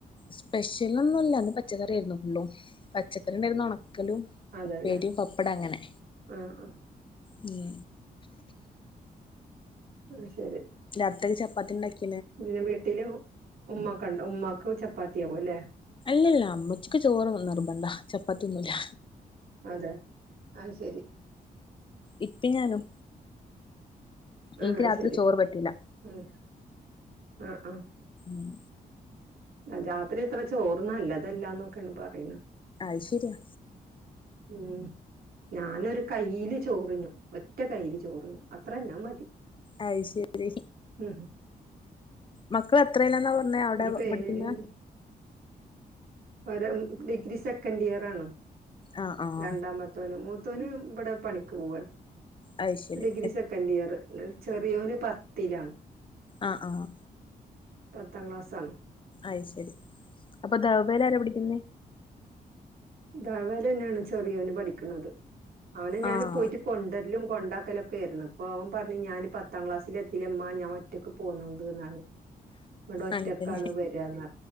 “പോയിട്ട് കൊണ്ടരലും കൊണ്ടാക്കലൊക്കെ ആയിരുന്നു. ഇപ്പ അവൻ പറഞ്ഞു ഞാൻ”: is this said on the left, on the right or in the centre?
Right